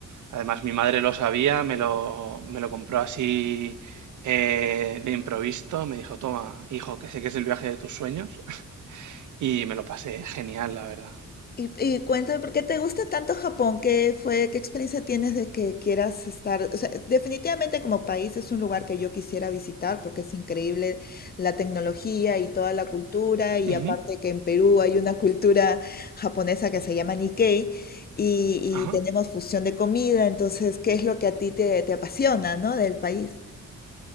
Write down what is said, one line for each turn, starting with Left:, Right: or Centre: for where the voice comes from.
Right: Además, mi madre lo sabía, me lo, me lo compró así eh, de improviso. Me dijo, toma, hijo, que sé que es el viaje de tus sueños. <laughs> Y me lo pasé genial, la verdad.
Left: Y, y cuéntame, ¿por qué te gusta tanto Japón? ¿Qué fue, qué experiencia tienes de que quieras estar? O sea, definitivamente como país es un lugar que yo quisiera visitar porque es increíble la tecnología y toda la cultura y
Right: Ujú,
Left: aparte que en Perú hay una cultura japonesa que se llama Nikkei y,
Right: ajá.
Left: y tenemos fusión de comida, entonces, ¿qué es lo que a ti te, te apasiona, ¿no? del país?